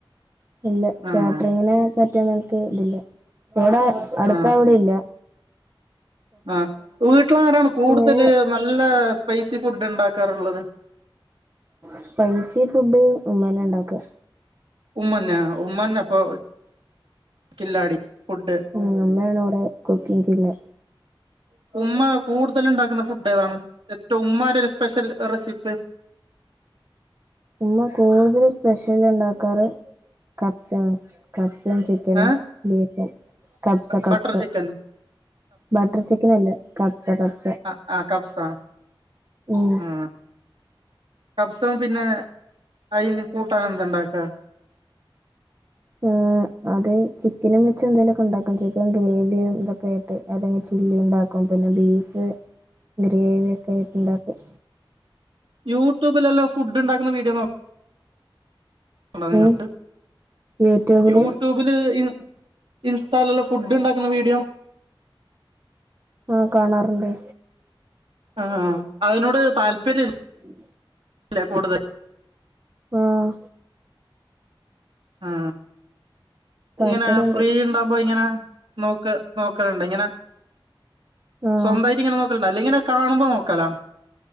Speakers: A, on the right; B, on the right.
A: ഇല്ല
B: ആഹ്
A: കാറ്ററിങ്ങിനെ പറ്റിയ നിനക്ക് ഇതില്ല ഇവടെ അടുത്ത
B: ആഹ്
A: അവിടില്ലെ?
B: ആഹ് വീട്ടിലാരാണ് കൂടുതല്
A: പോയ
B: നല്ല സ്പൈസി ഫുഡ് ഉണ്ടാക്കാറുള്ളത്?
A: സ്പൈസി ഫുഡ് ഉമ്മന്നെ ഉണ്ടാക്ക.
B: ഉമ്മന്ന ഉമ്മന്ന അപ്പൊ കില്ലാടി. ഫുഡ്
A: ഉം ഉമ്മാണ് വടെ കുക്കിംങ് ടിന്ന്
B: ഉമ്മ കൂടുതൽ ഉണ്ടാക്കുന്ന ഫുഡ് ഏതാണ്? എറ്റവും ഉമ്മാന്റൊരു സ്പെഷ്യൽ റെസിപ്പി
A: ഉമ്മ കൂടുതൽ സ്പെഷ്യൽ ഉണ്ടാക്കാറ് കപ്സയാണ് കപ്സയും, ചിക്കനും,
B: ഏ
A: ബീഫും. കപ്സ കപ്സ്
B: ബട്ടർ ചിക്കൻ
A: ബട്ടർ ചിക്കൻ അല്ല കപ്സ കപ്
B: അ ആഹ് കപ്സ
A: ഉം
B: ആഹ് കബ്സം പിന്നെ അയിന് കൂട്ടാൻ എന്തണ്ടാക്ക?
A: ഉം അത് ചിക്കനും വെച്ച് എന്തെങ്കിലൊക്കെ ഉണ്ടാക്കും ചിക്കൻ ഗ്രേവിയും ഇതൊക്കെയ ആയിട്ട് അതെങ്കെ ചില്ലി ഉണ്ടാക്കും പിന്നെ ബീഫ് ഗ്രേവി ഒക്കെ ആയിട്ട്ണ്ടാക്കും.
B: യൂട്യൂബിലല്ലോ ഫുഡ് ഉണ്ടാക്കുന്ന വീഡിയോ നോക് നിങ്ങൾക്ക്
A: ഉം യൂട്യൂബില്
B: യൂട്യൂബ് ല് ഇൻ ഇൻസ്റ്റാലുള്ള ഫുഡ് ഉണ്ടാക്കുന്ന വീഡിയോ
A: ആഹ് കാണാറുണ്ട്.
B: ആഹാ അതിനോട് താല്പര്യ
A: <inaudible>
B: ല്ല കൂടുത
A: ആഹ്.
B: ആഹ്
A: താല്പര്യണ്ട്
B: ഇങ്ങനെ ഫ്രീ ണ്ടാവുമ്പോ ഇങ്ങനെ. നോക്ക് നോക്കലുണ്ട് ഇങ്ങനെ
A: ആഹ്
B: സ്വന്തായ്ട്ട്ങ്ങനെ നോക്കൽണ്ട അല്ലെങ്ങനെ. കാണുമ്പോ നോക്കാല.